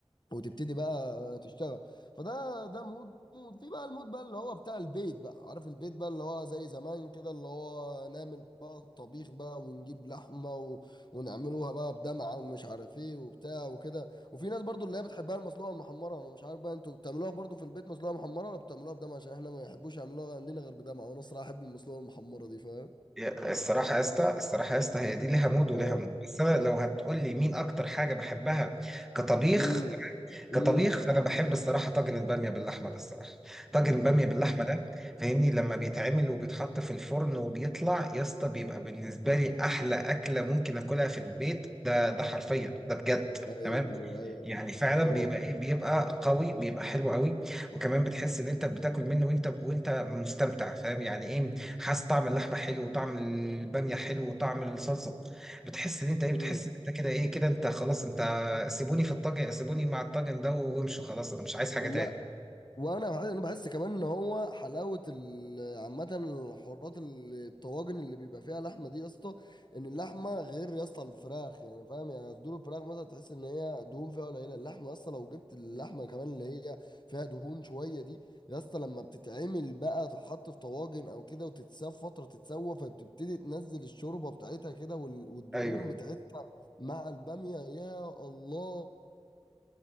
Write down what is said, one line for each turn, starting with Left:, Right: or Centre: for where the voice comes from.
Left: وتبتدي بقى تشتغل فده ده مود مود في بقى المود بقى اللي هو بتاع البيت بقى عارف البيت بقى اللي هو زي زمان كده اللي هو نعمل بقى الطبيخ بقى ونجيب لحمة و... ونعملوها بقى بدمعة ومش عارف ايه وبتاع وكده وفي ناس برضو اللي هي بتحبها المسلوقة المحمرة انا مش عارف بقى انتوا بتعملوها برضو في البيت مسلوقة محمرة ولا بتعملوها بدمعة عشان احنا ما يحبوش يعملوها عندنا غير بدمعة وانا الصراحة احب المسلوقة المحمرة دي فاهم
Centre: يا- الصراحه يا اسطى الصراحه يا اسطى هي دي ليها مود وليها
Left: اه
Centre: مود بس انا لو هتقول لي مين اكتر حاجه بحبها كطبيخ
Left: امم
Centre: كطبيخ
Left: امم
Centre: فانا بحب الصراحه طاجن الباميه باللحمه ده الصراحه طاجن الباميه باللحمه ده فاهمني لما بيتعمل وبيتحط في الفرن وبيطلع يا اسطى بيبقى بالنسبه لي احلى اكله ممكن اكلها في البيت ده ده حرفيا ده بجد
Left: ايوه
Centre: تمام.
Left: ايوه ايوه
Centre: يعني فعلا
Left: هو
Centre: بيبقى ايه بيبقى قوي بيبقى حلو قوي وكمان بتحس ان انت بتاكل منه وانت وانت مستمتع فاهم يعني ايه حاسس طعم اللحمه حلو وطعم الباميه حلو وطعم الصلصه بتحس ان انت ايه
Left: امم
Centre: بتحس ان انت كده ايه كده انت خلاص انت سيبوني في الطاجن سيبوني مع الطاجن ده وامشوا خلاص انا مش عايز حاجه
Left: لا
Centre: تاني
Left: وانا بحس- انا بحس كمان ان هو حلاوه ال- عامه الحوارات ال- الطواجن اللي بيبقى فيها لحمه دي يا اسطى ان اللحمه غير يا اسطى الفراخ يعني فاهم يعني صدور الفراخ مثلا تحس ان هي دهون فيها قليله اللحمه يا اسطى لو جبت اللحمه كمان اللي هي فيها دهون شويه دي يا اسطى لما بتتعمل بقى تتحط في طواجن او كده وتتساب فتره تتسوى فبتبتدي تنزل الشوربه بتاعتها كده وال- والدهون
Centre: ايوه
Left: بتاعتها مع الباميه يا الله